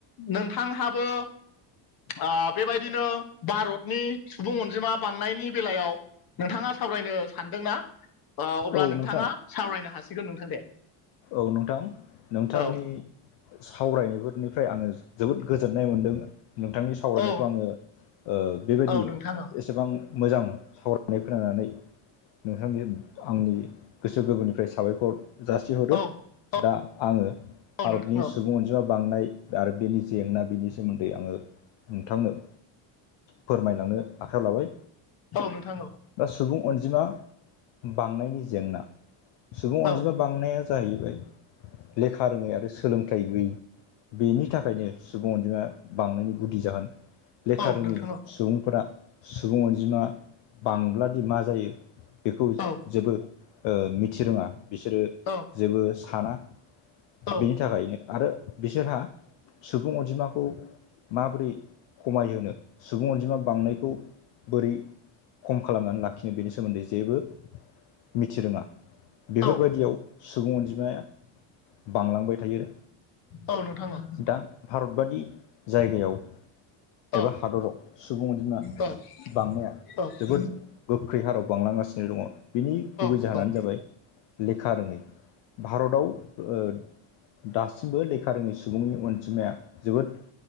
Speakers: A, on the left; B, on the left.
A: नोंथांहाबो आ बेबायदिनो भारतनि सुबुं अनजिमा बांनायनि बेलायाव नोंथाङा सावरायनो सानदोंना अब्ला
B: औ
A: नोंथाङा
B: नोंथां
A: सावरायनो हासिगोन नोंथां दे।
B: औ नोंथां नोंथांनि
A: औ
B: सावरायनायफोरनिफ्राय आङो जोबोद गोजोननाय मोनदों। नोंथांनि सावरायनायखौ
A: औ
B: आङो ओ बेबायदि
A: औ नोंथां औ
B: एसेबां मोजां सावरायनाय फोरोननानै नोंथांनि आंनि गोसो गोरबोनिफ्राय साबायखर जा थिहरो
A: औ औ
B: दा आङो
A: औ
B: भारतनि
A: नोंथां औ
B: सुबुं अनजिमा बांनाय आरो बेनि जेंना बेनि सोमोन्दै आङो नोंथांनो फोरमायलांनो आखाइयाव लाबाय
A: औ नोंथां औ
B: दा सुबुं अनजिमा बांनायनि जेंना सुबुं अनजिमा
A: औ
B: बांनाया जाहैबाय लेखा रोङै आरो सोलोंथाइ गैयै बेनि थाखायनो सुबुं अनजिमा बांनायनि गुदि जाहोन लेखा
A: औ
B: रोङि
A: नोंथां औ
B: सुबुंफोरा सुबुं अनजिमा बांब्लादि मा जायो बेखौ
A: औ
B: जेबो ओ मिथि रोङा ओ बिसोरो
A: औ
B: जेबो साना
A: औ
B: बेनि थाखायनो आरो बिसोरहा सुबुं अनजिमा खौ माबोरै खमायहोनो सुबुं अनजिमा बांनायखौ बोरै खम खालामनानै लाखिनो बेनि सो सोमोन्दै जेबो मिथि रोङा बेफोरबायदियाव
A: औ
B: सुबुं अनजिमाया बांलांबाय थायो
A: औ नोंथां औ
B: दा भारत बादि जायगायाव
A: औ
B: एबा हादराव सुबुं अनजिमा
A: औ नोंथां औ
B: बांनाया
A: औ
B: जोबोद गोख्रै हाराव बांलांगासिनो दङ बिनि गुबै
A: औ
B: जाहोनानो
A: औ
B: जाबाय लेखा रोङै भारताव ओ दासिमबो लेखा रोङै सुबुंनि अनजिमाया जोबोद